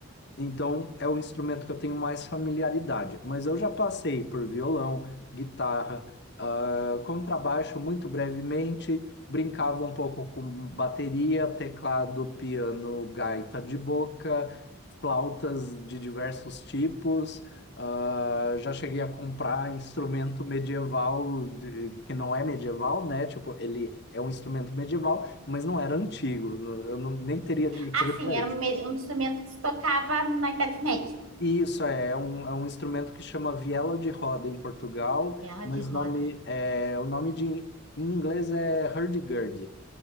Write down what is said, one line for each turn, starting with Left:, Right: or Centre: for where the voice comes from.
Left: Então, é o instrumento que eu tenho mais familiaridade. Mas eu já passei por violão, guitarra, ah, contrabaixo muito brevemente, brincava um pouco com bateria, teclado, piano, gaita de boca, flautas de diversos tipos. ah, já cheguei a comprar instrumento medieval, de- que não é medieval, né? Tipo, ele é um instrumento medieval, mas não era antigo. Eu não, nem teria dinheiro
Right: Ah, sim,
Left: para
Right: era
Left: isso.
Right: um me- um instrumento que se tocava na Idade Média.
Left: Isso é, é um, é um instrumento que chama viela de roda em Portugal,
Right: E ela
Left: mas
Right: de roda.
Left: o nome, é, o nome de, em inglês é hurdy-gurdy.